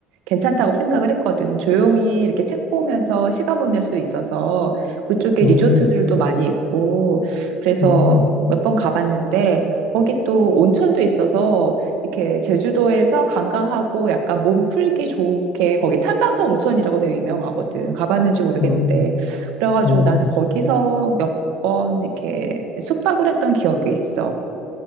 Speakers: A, on the right (about 80°); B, on the left (about 45°).
A: 괜찮다고 생각을 했거든. 조용히 이렇게 책 보면서 시간 보낼 수 있어서 그쪽에
B: 음,
A: 리조트들도 많이 있고 그래서
B: 음,
A: 몇 번 가봤는데 거기 또 온천도 있어서 이렇게 제주도에서 관광하고 약간 몸 풀기 좋게 거기 탐방성 온천이라고 되게 유명하거든. 가봤는지 모르겠는데.
B: 음,
A: 그래가지고
B: 음.
A: 나는 거기서 몇 번 이렇게 숙박을 했던 기억이 있어.